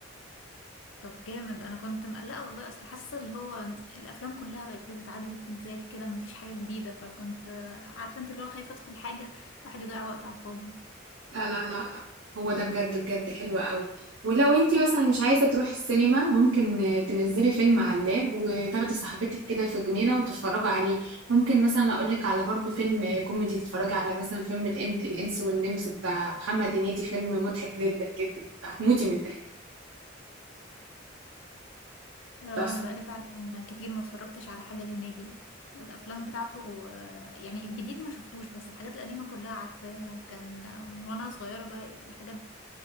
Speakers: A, on the left; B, on the right.
A: طب جامد انا كنت مقلقه والله اصل حاسه اللي هو الافلام كلها بقت بتتعاد وتتزايد كده مفيش حاجه جديده فكنت عارفه انت اللي هو خايفه ادخل حاجه الواحد يضيع وقت على الفاضي
B: لا لا لا لا هو ده بجد بجد حلو قوي ولو انتي مثلا مش عايزة تروحي السينما ممكن تنزلي فيلم على اللاب وتاخدي صاحبتك كده في جنينة وتتفرجوا عليه ممكن مثلا اقولك على برضو فيلم كوميدي تتفرجي على مثلا فيلم الإن- الإنس والنمس بتاع محمد هنيدي فيلم مضحك جدا جدا هتموتي من الضحك
A: اه
B: بس
A: انا بقالي فعلا كتير ما اتفرجتش على حاجه لهنيدي الافلام بتاعته آه، يعني الجديد ما شفتوش بس الحاجات القديمه كلها عارفاها كان من وانا صغيره بقى الحاجات